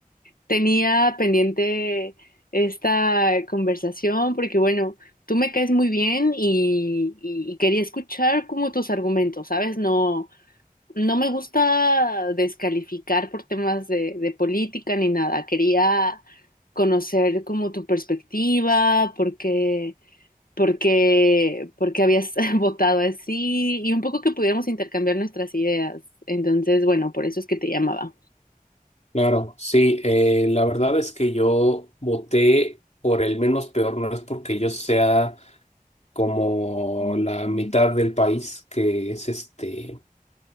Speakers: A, on the left (about 75°); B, on the left (about 50°).
A: Tenía pendiente esta conversación porque, bueno, tú me caes muy bien y, y- y quería escuchar como tus argumentos, ¿sabes? No, no me gusta descalificar por temas de, de política ni nada. Quería conocer como tu perspectiva, porque porque, porque habías <laughs> votado así y un poco que pudiéramos intercambiar nuestras ideas. Entonces, bueno, por eso es que te llamaba.
B: claro, sí, eh, la verdad es que yo voté por el menos peor, no es porque yo sea como la mitad del país que es este,